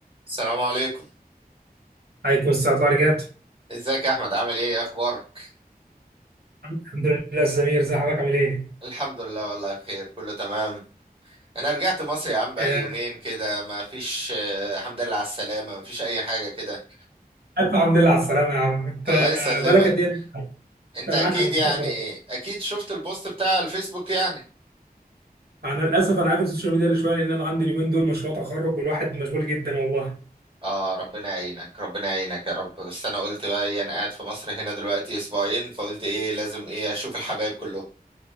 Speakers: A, on the right; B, on the right.
A: السلام عليكم
B: عليكم الساعة الله رجعت
A: ازيك يا احمد عامل ايه ايه اخبارك
B: الحمد لله الزمير زي حضرتك عامل ايه؟
A: الحمد لله والله بخير كله تمام انا رجعت مصر يا عم بقالي
B: <laughs> آه،
A: يومين كده ما فيش آه، الحمد لله على السلامة ما فيش اي حاجة كده
B: ألف الحمد لله على السلامة يا عم أنت
A: الله يسلمك
B: بالك قد إيه لك؟
A: انت
B: أنا
A: اكيد
B: معاك مفتقدة
A: يعني اكيد شفت البوست بتاع الفيسبوك يعني
B: أنا للأسف أنا قافل السوشيال ميديا شوية لأن أنا عندي اليومين دول مشروع تخرج والواحد مشغول جدا والله
A: اه ربنا يعينك ربنا يعينك يا رب بس انا قلت بقى ايه انا قاعد في مصر هنا دلوقتي اسبوعين فقلت ايه لازم ايه اشوف الحبايب كلهم